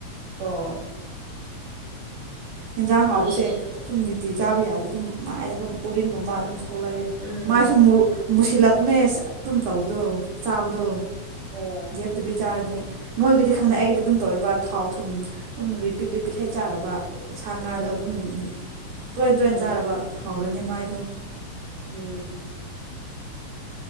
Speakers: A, on the right; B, on the right.
A: ꯑꯣ
B: ꯌꯦꯟꯖꯥꯡ ꯍꯥꯎꯕꯁꯦ
A: ꯑꯁ
B: ꯁꯨꯝꯗꯤꯇꯤ ꯆꯥꯕ ꯌꯥꯗꯤꯦ ꯑꯗꯨꯝ ꯃꯥꯏꯁ ꯑꯗꯨꯝ ꯎꯔꯤꯡꯒꯨꯝꯕ ꯑꯗꯨꯝ ꯊꯣꯛꯂꯛꯑꯦ
A: ꯎꯝ
B: ꯃꯥꯏꯁꯨ ꯃꯨꯁꯤꯜꯂꯛꯄꯅꯦ ꯑꯗꯨꯝ ꯇꯧꯕꯗꯣ ꯆꯥꯕꯗꯣ
A: ꯑꯣ
B: ꯞꯇ ꯆꯥꯔꯗ ꯅꯣꯏꯒꯗꯤ ꯈꯪꯗꯦ
A: ꯎꯝ
B: ꯑꯩꯒꯤꯗꯤ ꯑꯗꯨꯝ ꯇꯧꯏ ꯕꯠ ꯊꯥꯎ ꯊꯨꯝ ꯑꯗꯨꯝ ꯔꯤꯄꯤꯠ ꯔꯤꯄꯤꯠ ꯍꯦꯛ ꯆꯥꯔꯕ ꯁꯥ
A: ꯎꯝ
B: ꯉꯥꯗꯣ ꯑꯗꯨꯝ ꯇꯣꯏ ꯇꯣꯏꯅ
A: ꯎꯝ
B: ꯆꯥꯔꯕ ꯍꯧꯔꯅꯤ ꯃꯥꯏ ꯗꯣ
A: ꯎꯝ